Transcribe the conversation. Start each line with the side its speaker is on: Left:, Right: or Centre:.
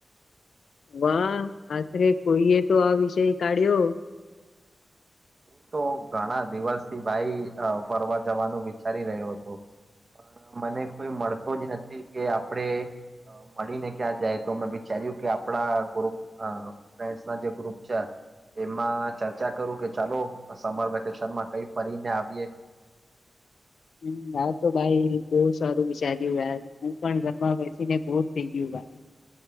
Left: વાહ આખરે કોઈએ તો આ વિષય કાઢ્યો
Right: હું તો ઘણા દિવસથી ભાઈ ફરવા જવાનું વિચારી રહ્યો હતો પણ મને કોઈ મળતો જ નથી કે આપણે મળીને ક્યાં જાય તો મેં વિચાર્યું કે આપણા ગ્રુપઅ ફ્રેન્ડસ ના જે ગ્રુપ છે એમાં ચર્ચા કરું કે ચાલો સમર વેકેશન માં કઈ ફરીને આવીએ
Left: હ હા તો ભાઈ બહુ સારું વિચાર્યું યાર હું પણ ઘરમાં બેસીને બોર થઈ ગયું ભાઈ